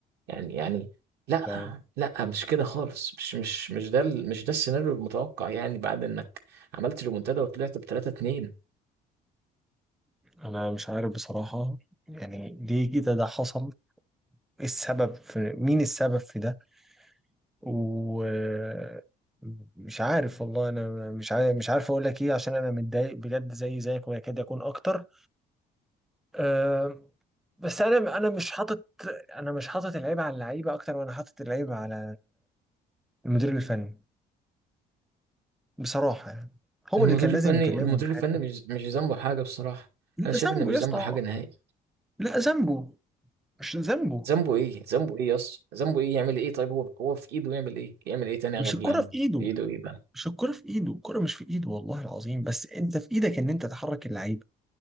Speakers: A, on the right; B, in the centre.
A: يعني يعني لا
B: طيب
A: لا مش كده خالص مش مش مش ده ال- مش ده السيناريو المتوقع يعني بعد انك عملت ريمونتادا وطلعت ب 3 2
B: انا مش عارف بصراحة يعني ليه كده ده حصل ايه السبب في مين السبب في ده ومش عارف والله انا مش عارف مش عارف اقول لك ايه عشان انا متضايق بجد زي زيك ويكاد يكون اكتر أه بس انا انا مش حاطط انا مش حاطط العيب على اللعيبه اكتر وانا حاطط العيب على المدير الفني بصراحه يعني هو
A: المدير
B: اللي كان لازم
A: الفني
B: يكلمه
A: المدير
B: في حته
A: الفني مش مش ذنبه حاجه بصراحه
B: لا
A: انا شايف
B: ذنبه
A: ان مش
B: يا
A: ذنبه
B: اسطى هو-
A: حاجه نهائي
B: لا ذنبه مش ذنبه
A: ذنبه ايه ذنبه ايه يا اسطى ذنبه ايه يعمل ايه طيب هو هو في ايده يعمل ايه يعمل ايه تاني
B: مش
A: غير
B: الكره
A: اللي عمله
B: في ايده
A: في ايده ايه بقى
B: مش الكره في ايده الكره مش في ايده والله العظيم بس انت في ايدك ان انت تحرك اللعيبه